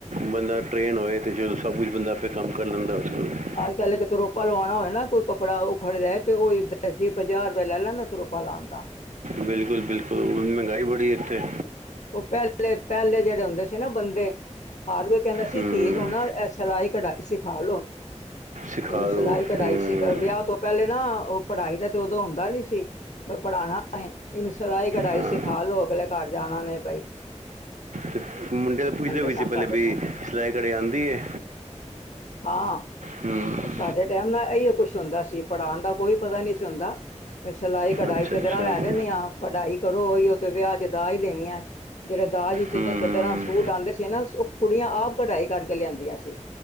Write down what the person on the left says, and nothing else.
ਅੱਜ-ਕੱਲ੍ਹ ਇੱਕ ਤਰੋਪਾ ਲਵਾਣਾ ਹੋਵੇ ਨਾ ਕੋਈ ਕੱਪੜਾ ਉਖੜ ਰਿਹਾ, ਤੇ ਉਹ ਦੇ ਜੇ ਪੰਜਾਹ ਰੁਪਇਆ ਲੈ ਲੈਂਦਾ ਤਰੋਪਾ ਲਾਣ ਦਾ।
ਉਹ ਪਹਿਲੇ-ਪਹਿਲੇ ਜਿਹੜੇ ਹੁੰਦੇ ਸੀ ਨਾ ਬੰਦੇ, ਹਰ ਕੋਈ ਕਹਿੰਦਾ ਸੀ
ਧੀ ਨੂੰ ਨਾ ਐ ਸਲਾਈ ਕਢਾਈ ਸਿਖਾ ਲੋ,
ਇਹਨੂੰ ਸਿਲਾਈ
ਕਢਾਈ ਸਿਖ ਵਿਆਹ ਤੋਂ ਪਹਿਲੇ ਨਾ ਉਹ ਪੜ੍ਹਾਈ ਤਾਂ ਤੇ ਉਦੋਂ ਹੁੰਦਾ ਨੀ ਸੀ। ਪੜਾਣਾ ਏ, ਇਹਨੂੰ ਸਿਲਾਈ ਕਢਾਈ
ਸਿਖਾ ਲੋ, ਅਗਲੇ ਘਰ ਜਾਣਾ ਵੈਂ ਬਾਈ।
ਸਨ
ਸਾਡੇ
ਟਾਈਮ
ਹਾਂ,
ਉਹ ਸਾਡੇ ਟੈਮ ਨਾ ਇਹੀਓ ਕੁਛ ਹੁੰਦਾ ਸੀ, ਪੜ੍ਹਾਣ ਦਾ ਕੋਈ ਪਤਾ ਨਹੀਂ ਸੀ ਹੁੰਦਾ। ਸਿਲਾਈ ਕਢਾਈ
ਚਦਰਾ
ਲੈ ਦਿੰਨੀ ਆ ਕਢਾਈ ਕਰੋ, ਉਹੀ ਉਹ ਤੇ ਵਿਆਹ ਚ ਦਾਜ ਦੇਣੀ ਐ। ਜਿਹੜੇ ਦਾਜ ਵਿੱਚ
ਚਦਰਾਂ ਸੂਟ ਆਂਦੇ ਸੀ ਨਾ, ਉਹ ਕੁੜੀਆਂ ਆਪ ਕਢਾਈ ਕਰਕੇ ਲਿਆਂਦੀਆਂ ਸੀ।